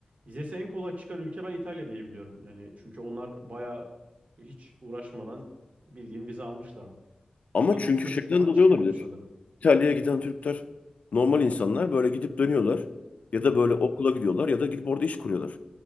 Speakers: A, on the right; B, on the left.
A: Vizesi en kolay çıkan ülke ben İtalya diye biliyorum. Yani çünkü onlar baya hiç uğraşmadan bildiğim vize almışlardı.
B: Ama
A: %93
B: çünkü şeyden
A: falan
B: dolayı
A: çıkıyormuş
B: olabilir.
A: sanırım.
B: İtalya'ya giden Türkler normal insanlar böyle gidip dönüyorlar. Ya
A: Hı
B: da
A: hı.
B: böyle okula gidiyorlar ya da gidip orada iş kuruyorlar.